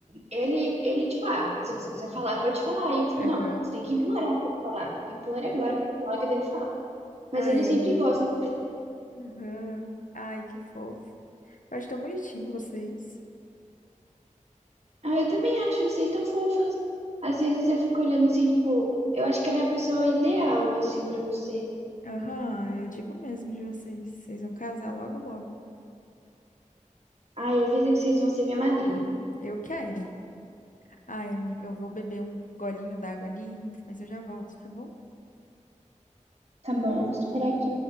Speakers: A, on the right; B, on the left.
A: ele, ele, tipo, ah, se você quiser falar, pode falar. E eu fico,
B: Aham.
A: não, você tem que implorar pra eu falar. Implore agora pra eu falar, que daí eu falo. Mas
B: Ai,
A: ele sempre
B: amiga.
A: gosta de.
B: Aham. Ai, que fofo. Eu acho tão bonitinho vocês.
A: Ah, eu também acho vocês tão fofas. Às vezes eu fico olhando assim, tipo, eu acho que ela é a pessoa ideal, assim, pra você.
B: Aham, eu digo mesmo de vocês. Vocês vão casar logo, logo.
A: Ai, avisa que vocês vão ser minha madrinha.
B: Eu quero. Ai, amiga, eu vou beber um golinho d'água ali, mas eu já volto, tá bom?
A: Tá bom, vou esperar aqui.